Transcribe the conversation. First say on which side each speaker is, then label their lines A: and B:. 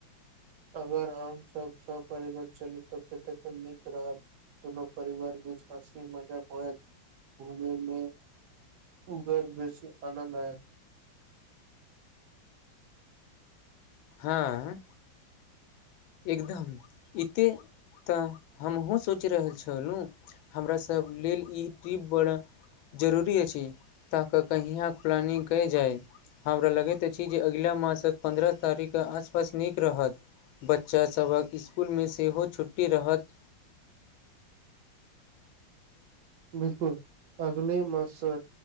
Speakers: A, on the right; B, on the left.
A: अगर हम सब स पररिवार चली तऽ कते नीक रहत दुननो परिवार बीच हँसी मजक होयत घूमै मे उ बेर बेसी आनन्द अयत
B: हँ एकदम एते तऽ हमहुूँ सोचि रहल छलहुँ हमरा सभ लेल ई ट्रिप बड़ जरूरी अछि ताकऽ कहिआाँ प्लानिग कयल जाइ हमरा लगैत अछि जे अगिला मासके पन्द्रह तारीख के आसपास नीक रहत बच्चा सभक इसकुल मे सेहो छुट्टी रहत
A: बिलकुल अगले मास से